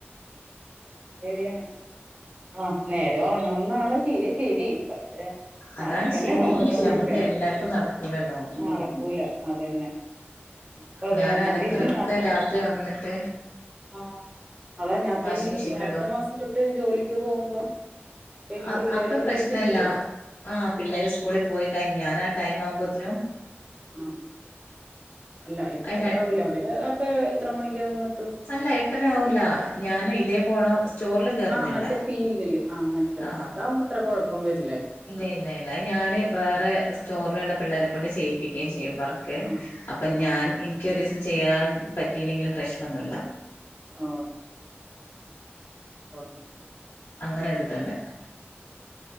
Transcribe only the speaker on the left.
അതാണ്
ശരി
പക്ഷെ നമ്മക്ക് എല്ലാർക്കും നടക്കൂലല്ലോ
ഞാന്
അലക്കലൊക്കെ
രാത്രി വന്നിട്ട്
വാഷിംഗ്
മെഷീനിലിടും
അ
അപ്പ
പ്രശ്നില്ല
ആ പിള്ളേര്
സ്കൂളിൽ പോയി കഴിഞാല് ടൈം ആവുമ്പോത്തനും
അത്
അല്ല എട്ടരവൂല ഞാന് ഇതേ പോണ സ്റ്റോറില് കേറുന്നില്ല.
ആ
ഇല്ല ഇല്ല ഇല്ല ഞാന് വേറെ സ്റ്റോറിലുള്ള പിള്ളേരെ കൊണ്ട് ചെയ്യിപ്പിക്കുകയും ചെയ്യും വർക്ക് കെ
അപ്പൊ
ഞാൻ
എനിക്കൊരീസം ചെയ്യാൻ പറ്റിയില്ലെങ്കിലും പ്രശ്നമൊന്നുമില്ല
അങ്ങനെയൊരിതൊണ്ട്.